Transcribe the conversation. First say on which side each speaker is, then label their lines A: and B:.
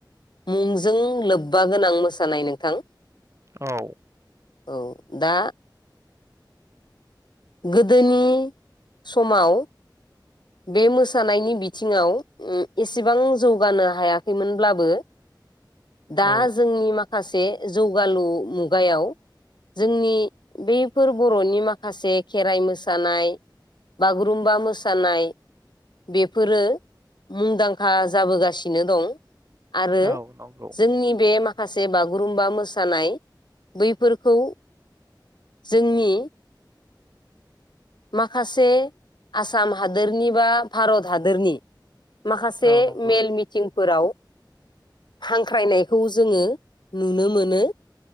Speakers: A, on the left (about 70°); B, on the right (about 35°).
A: मुंजों लोब्बा गोनां मोसानाय नोंथां
B: औ
A: औ दा गोदोनि समाव बे मोसानायनि बिथिंङाव एसेबां जौगानो हायाखैमोनब्लाबो दा
B: औ
A: जोंनि माखासे सासे जौगालु मुगायाव जोंनि बैफोर बरनि माखासे खेराइ मोसानाय बागुरुम्बा मोसानाय बेफोरो मुंदांखा जाबोगासिनो दं आरो
B: औ नंगौ
A: जोंनि बे माखासे माखासे बागुरुम्बा मोसानाय बैफोरखौ जोंनि माखासे आसाम हादोरनि बा भारत हादोरनि माखासे
B: औ नंगौ
A: मेल मिटिं फोराव हांख्रायनायखौ जोंङो नुनो मोनो